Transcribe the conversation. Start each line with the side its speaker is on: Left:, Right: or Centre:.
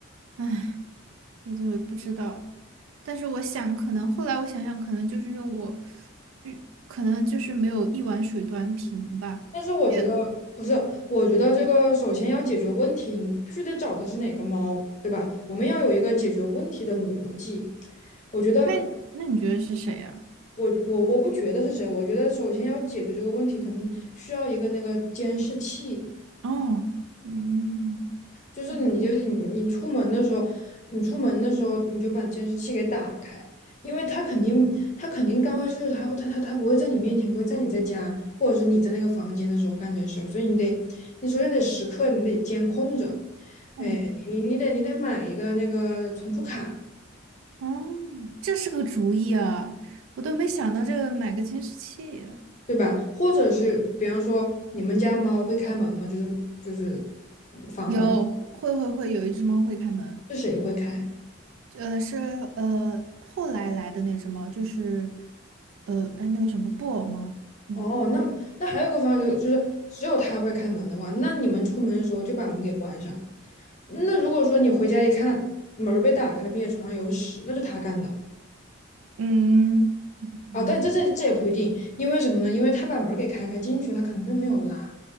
Right: 唉，也就不知道。但是我想，可能后来我想想，可能就是因为我，嗯可能就是没有一碗水端平吧。
Left: 但是我觉得不是，
Right: 因为
Left: 我觉得这个首先要解决问题，你必须得找到是哪个猫，对吧？我们要有一个解决问题的逻辑。我觉得
Right: 那那你觉得是谁呀、
Left: 我我我不觉得是谁，我觉得首先要解决这个问题，可能需要一个那个监视器。
Right: 哦，嗯，
Left: 就是你就你你出门的时候，
Right: 嗯，
Left: 你出门的时候你就把监视器给打开，因为他肯定他肯定干坏事，他会他他他不会在你面前，不会在你在家或者是你在那个房间的时候干这些事儿，所以你得你首先得时刻你得监控着，
Right: 哦，
Left: 哎，你你得你得买一个那个存储卡，
Right: 哦，这是个主意啊！我都没想到这个买个监视器啊。
Left: 对吧？或者是比方说你们家猫会开门吗？就是就是嗯房门，
Right: 有，会会会，有一只猫会开门。
Left: 是谁会开？
Right: 呃，是呃后来来的那只猫，就是呃哎那个什么布偶猫，嗯
Left: 哦，那那还有一个方法就是，就是只有他会开门的话，那你们出门的时候就把门给关上。那如果说你回家一看门儿被打开了，并且床上有屎，那就他干的。
Right: 嗯嗯
Left: 哦，但这这这也不一定，因为什么呢？因为他把门儿给开开进去，他可能并没有拉。